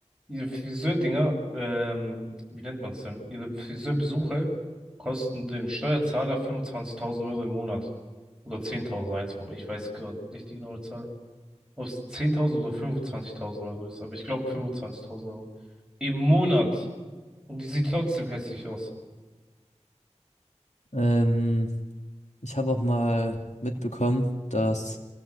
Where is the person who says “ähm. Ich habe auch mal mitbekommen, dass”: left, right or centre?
Left